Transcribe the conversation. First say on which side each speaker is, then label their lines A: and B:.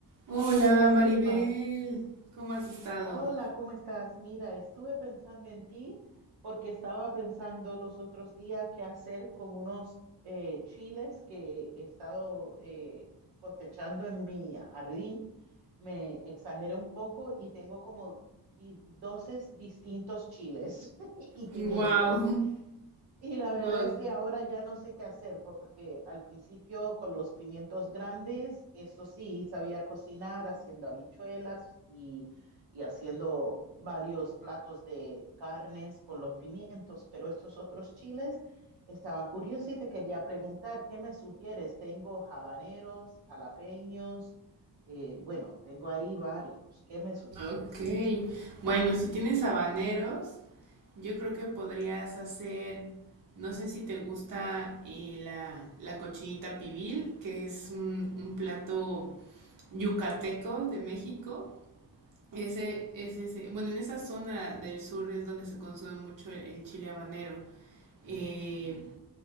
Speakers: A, on the right; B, on the right.
A: Hola,
B: Hola,
A: Maribel.
B: Swilma.
A: ¿Cómo has estado?
B: Hola, ¿cómo estás? Mira, estuve pensando en ti porque estaba pensando los otros días qué hacer con unos eh, chiles que he estado eh, cosechando en mi jardín. Me exageré un poco y tengo como di- 12 distintos chiles <laughs> y pimientos.
A: Wow,
B: Y la verdad
A: wow.
B: es que ahora ya no sé qué hacer, porque al principio con los pimientos grandes, eso sí, sabía cocinar haciendo habichuelas y, y haciendo varios platos de carnes con los pimientos, pero estos otros chiles, estaba curiosa y te quería preguntar, ¿qué me sugieres? Tengo habaneros, jalapeños, eh, bueno, tengo ahí varios, ¿qué me sugieres?
A: Ok. Bueno, si tienes habaneros, yo creo que podrías hacer, no sé si te gusta eh, la, la cochinita pibil, que es un, un plato yucateco de México. Ese, es ese. Bueno, en esa zona del sur es donde se consume mucho el, el chile habanero. Eh,
B: Mm,